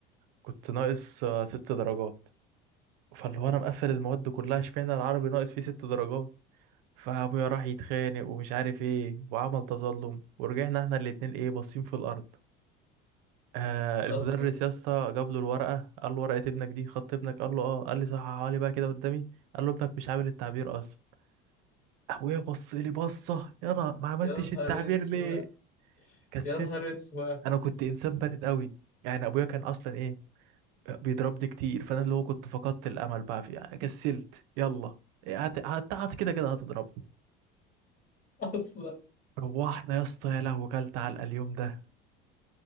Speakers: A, on the right (about 80°); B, on the left (about 40°).
A: كنت ناقص آه، ست درجات فاللي هو انا مقفل المواد كلها اشمعنى العربي ناقص فيه ست درجات فابويا راح يتخانق ومش عارف ايه وعمل تظلم ورجعنا احنا الاتنين ايه باصين في الارض آه المدرس
B: أصلا
A: يا اسطى جاب له الورقه قال له ورقه ابنك دي خط ابنك قال له اه قال لي صححها لي بقى كده قدامي قال له ابنك مش عامل التعبير اصلا ابويا بص لي بصه يا انا ما عملتش
B: يا نهار
A: التعبير
B: أسود
A: ليه كسلت
B: يا نهار أسود
A: انا كنت انسان بارد قوي يعني ابويا كان اصلا ايه بيضربني كتير فانا اللي هو كنت فقدت الامل بقى في يعني كسلت يلا هت... هت... هت كده كده هتضربني
B: أصلا
A: روحنا يا اسطى يا لهوي كلت علقه اليوم ده